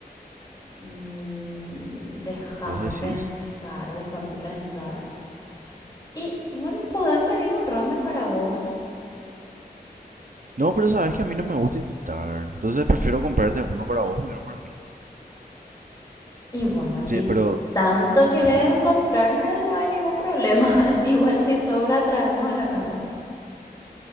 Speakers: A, on the left (about 25°); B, on the right (about 55°).
A: Mm, déjame
B: ¿Vos decís?
A: pensar, déjame pensar. Y bueno, podés pedir un ramen para vos.
B: No, pero sabes que a mí no me gusta invitar. Entonces prefiero comprarte uno para vos y uno para mí.
A: Y bueno, si
B: Sí, pero
A: tanto querés comprarme, no hay ningún problema. <laughs> Igual si sobra, traemos a la casa.